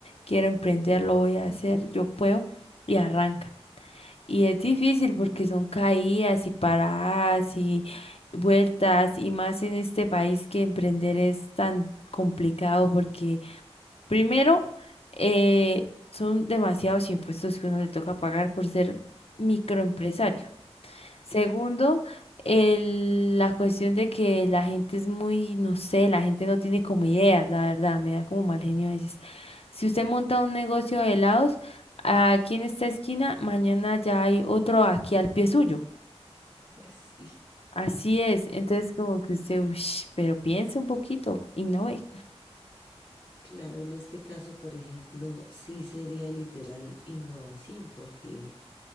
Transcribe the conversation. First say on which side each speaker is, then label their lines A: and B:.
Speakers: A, on the left (about 60°); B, on the left (about 45°).
A: quiero emprender, lo voy a hacer, yo puedo, y arrancan. Y es difícil porque son caídas y paradas y vueltas y más en este país que emprender es tan complicado porque primero eh, son demasiados impuestos que uno le toca pagar por ser microempresario.
B: <laughs>
A: Segundo,
B: Sí.
A: el- la cuestión de que la gente es muy, no sé, la gente no tiene como ideas, la verdad, me da como mal genio a veces. Si usted monta un negocio de helados, aquí en esta esquina, mañana ya hay otro aquí al pie suyo.
B: Sí,
A: Así es, entonces como que usted, uff, pero piensa un poquito, innove.
B: claro, en este caso, por ejemplo, sí sería literal innovación, porque